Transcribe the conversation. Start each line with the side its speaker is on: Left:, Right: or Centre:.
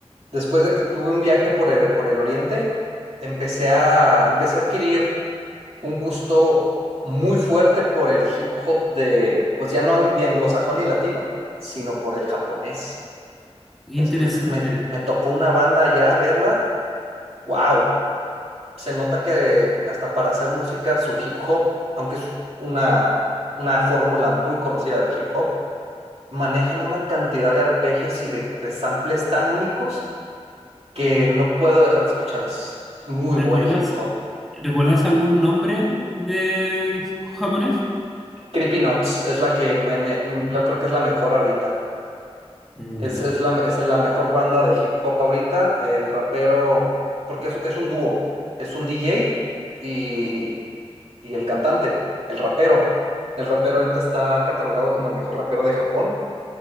Right: después de que tuve un viaje por el, por el Oriente, empecé a, empecé a adquirir un gusto muy fuerte por el hip hop de, pues ya no ang- ni anglosajón ni latino, sino por el japonés.
Centre: Qué
Right: es-
Centre: interesante.
Right: me, me- me tocó una banda ya verla. ¡Wow! Se nota que hasta para hacer música, su hip hop, aunque es una, una fórmula muy conocida de hip hop, manejan una cantidad de arpegios y de, de samples tan únicos que no puedo dejar de escucharlos. Es muy
Centre: ¿Recuerdas?
Right: buen hip hop.
Centre: ¿Recuerdas algún nombre de japonés?
Right: Creepy Nuts es la que me, me- me-
Centre: No.
Right: lo creo que es la mejor ahorita.
Centre: Mm,
Right: Es,
Centre: Ya.
Right: es la, es la mejor banda de hip hop ahorita. El rapero, porque es, es un dúo, es un DJ y, y el cantante, el rapero. El rapero ahorita está catalogado como el mejor rapero de Japón